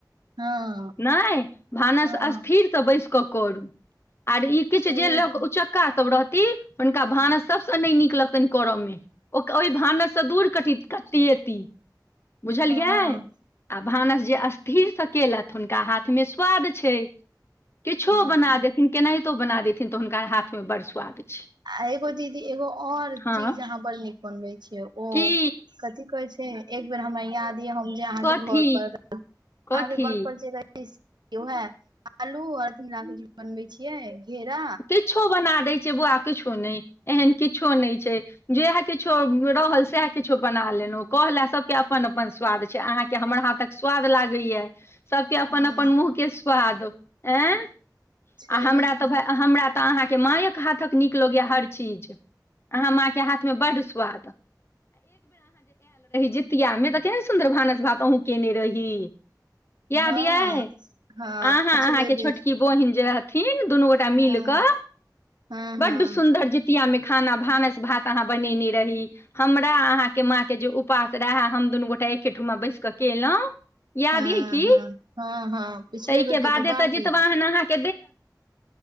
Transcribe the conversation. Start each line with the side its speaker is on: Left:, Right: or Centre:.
Right: हँ
Left: नहि भानस
Right: हँ
Left: स्थिर तऽ बैस कऽ करू आर ई किछु
Right: छैहे
Left: जे ल
Right: की
Left: के उचक्का सब रहत हुनका भानस सबस नहि नीक लगतनि करऽ मे ओहि भानस से दूर कटित कटतियै ती बुझलिय
Right: हँ
Left: आ भानस जे स्थिरसँ केलथि हुनका हाथ मे स्वाद छै। किछो
Right: हँ
Left: बना देथिन केनाहितो बना देथिन तऽ हुनका हाथमे बड़ स्वाद छै
Right: एगो दीदी एगो और
Left: हँ
Right: चीज अहाँ बर नीक बनबै छिय ओ
Left: की
Right: कथी कहै छै। एक बेर हमरा याद य हम जे अहाँ
Left: कथी
Right: के घर पर अहाँ
Left: कथी
Right: के घर पर जे रहि उह आलू अर बनबे छियै घेरा
Left: किछो बना द दै छै। बौआ किछो नहि एहन किछो नहि छै। जह किछो रहल सह किछो बना लेलहु कहले सबके अपन अपन स्वाद छै अहाँके हमर हाथक स्वाद लागैया सबके अपन
Right: हँ
Left: अपन मुँह के स्वाद अऐ
Right: छैहे
Left: आ हमरा
Right: की
Left: तऽ भ हमरा तऽ अहाँके मायक हाथक नीक लगैए हर र आ हमरा हाथ में बर स्वाद जितिया में तऽ केना सुन्दर भानस भात अहुूँ केने रही याद
Right: हँ
Left: यए
Right: हँ
Left: अहाँ
Right: पिछले
Left: अहाँके
Right: बेर
Left: छोटकी बोहिन रहथिन दुनू गोटा मिलके
Right: हँ हँ
Left: बडड
Right: हँ
Left: सुन्दर ज िया मे खाना भानस भात अहाँ बनेने रही हमरा अहाँ के माँ के जे उपास रहे दुनू गोटा एकेठूमा बैस कऽ केलँ याद
Right: हँ
Left: य क
Right: हँ हँ हँ पिछले
Left: ताहिके
Right: बेर
Left: बादे
Right: के बात
Left: तऽ जितबा
Right: य
Left: अहाँ त ब गेल